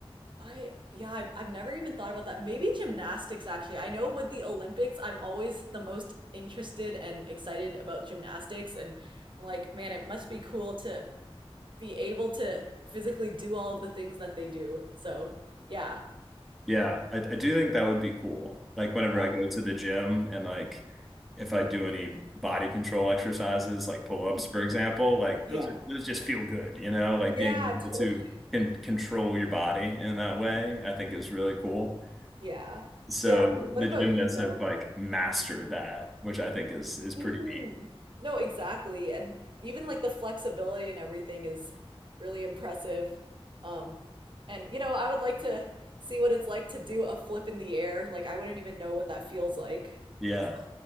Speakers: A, on the right; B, in the centre.
A: I, yeah, I've, I've never even thought about that. Maybe gymnastics, actually. I know with the Olympics, I'm always the most interested and excited about gymnastics. And I'm like, man, it must be cool to be able to physically do all of the things that they do. So, yeah.
B: Yeah, I, I do think that would be cool. Like whenever
A: Yeah.
B: I go to the gym and like if I do any body control exercises, like pull-ups,
A: Mhm.
B: for example, like
A: Yeah.
B: those are those just feel good, you know, like
A: Yeah,
B: being able
A: totally.
B: to can control your body in that way, I think is really cool.
A: Yeah.
B: So
A: Yeah. What
B: the
A: about
B: gymnasts
A: you though?
B: have like mastered that, which I think is is pretty
A: hmm
B: neat.
A: No, exactly. And even like the flexibility and everything is really impressive. Um, and you know, I would like to see what it's like to do a flip in the air. Like I wouldn't even know what that feels like.
B: Yeah.
A: So,